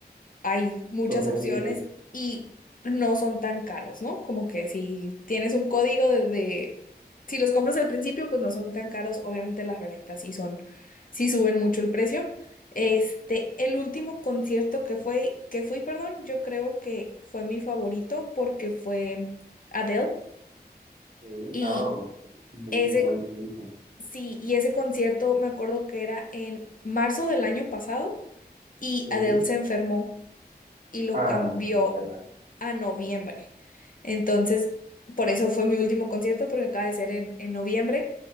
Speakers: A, on the left; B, on the right.
A: hay muchas
B: entonces
A: opciones
B: aquí,
A: y no son tan caros, ¿no? Como que si tienes un código de, de- si los compras al principio, pues no son tan caros. Obviamente las reventas sí son, sí suben mucho el precio. Este, el último concierto que fue, que fui, perdón, yo creo que fue mi favorito porque fue Adele
B: sí,
A: y
B: ah, muy
A: ese,
B: bueno, muy bueno,
A: sí, y ese concierto me acuerdo que era en marzo del año pasado y
B: sí,
A: Adele se enfermó y lo
B: ay,
A: cambió
B: qué va,
A: a noviembre. Entonces, por eso fue mi último concierto, porque acaba de ser en, en noviembre,